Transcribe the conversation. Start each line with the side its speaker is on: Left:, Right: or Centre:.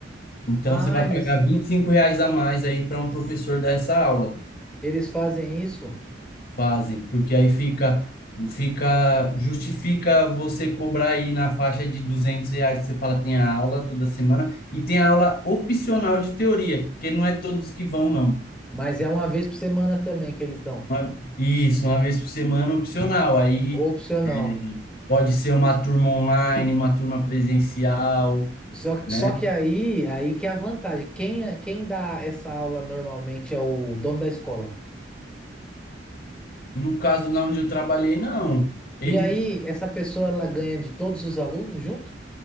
Left: Então,
Centre: Ah,
Left: você vai
Centre: eles,
Left: pagar 25 reais a mais aí para um professor dar essa aula.
Centre: eles fazem isso,
Left: Fazem, porque aí fica, fica, justifica você cobrar aí na faixa de 200 reais, que você fala tem a aula toda semana, e tem a aula opcional de teoria, porque não é todos que vão, não.
Centre: mas é uma vez por semana também que eles dão.
Left: Uma- Isso, uma vez por semana opcional, aí
Centre: Opcional.
Left: é, pode ser uma turma online, uma turma presencial,
Centre: Só,
Left: né?
Centre: só que aí, aí que é a vantagem. Quem, quem dá essa aula normalmente é o dono da escola.
Left: No caso, na onde eu trabalhei, não. Ele
Centre: E aí, essa pessoa ela ganha de todos os alunos junto?